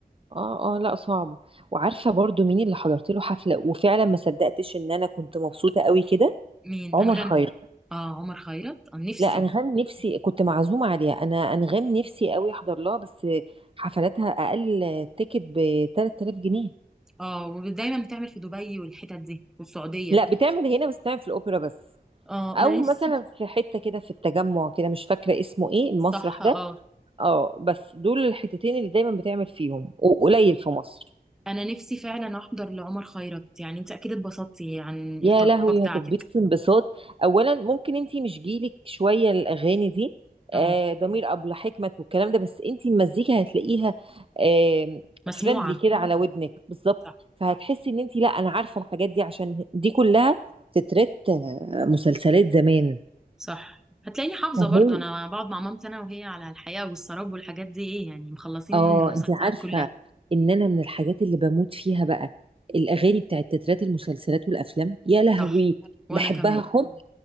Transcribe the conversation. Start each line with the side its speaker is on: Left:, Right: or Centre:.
Right: اه اه لا صعب وعارفة برضو مين اللي حضرت له حفلة وفعلا ما صدقتش إن أنا كنت مبسوطة قوي كده
Centre: مين
Right: عمر
Centre: أنغام
Right: خيرت
Centre: آه عمر خيرت آه نفسي
Right: لا أنغام نفسي كنت معزومة عليها أنا أنغام نفسي قوي أحضر لها بس حفلاتها أقل تيكت ب 3000 جنيه
Centre: آه ودايما بتعمل في دبي والحتت دي والسعودية
Right: لا بتعمل هنا بس بتعمل في الأوبرا بس
Centre: آه
Right: أو
Centre: أنا نفسي
Right: مثلا في حتة كده في التجمع كده مش فاكرة اسمه إيه المسرح
Centre: صح آه
Right: ده اه بس دول الحتتين اللي دايما بتعمل فيهم وقليل في مصر
Centre: أنا نفسي فعلا أحضر لعمر خيرت يعني أنت أكيد اتبسطتي عن التجربة
Right: يا لهوي
Centre: بتاعتك
Right: هتتبسط انبساط اولا ممكن انتي مش جيلك شويه الاغاني دي
Centre: آه
Right: آه ضمير ابلة حكمت والكلام ده بس انتي المزيكا هتلاقيها آه
Centre: مسموعة
Right: فريندلي كده على ودنك بالظبط
Centre: صح
Right: فهتحسي ان انتي لا انا عارفه الحاجات دي عشان دي كلها تترات آه، مسلسلات زمان
Centre: صح هتلاقيني حافظة
Right: أهو.
Centre: برضو أنا بقعد مع مامتي أنا وهي على الحياة والسراب والحاجات دي إيه يعني مخلصين
Right: اه
Centre: المسلسلات
Right: انت عارفه
Centre: كلها
Right: ان انا من الحاجات اللي بموت فيها بقى الاغاني بتاعت تترات المسلسلات والافلام يا لهوي
Centre: صح وأنا
Right: بحبها
Centre: كمان
Right: حب